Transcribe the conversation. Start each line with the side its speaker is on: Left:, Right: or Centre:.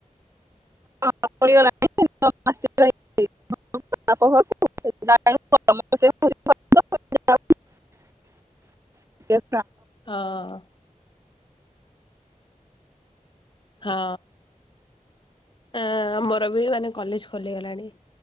Right: <unintelligible> <unintelligible> <inaudible>
Left: ହଁ। ହଁ ଆ ମୋର ବି ମାନେ କଲେଜ ଖୋଲିଗଲାଣି।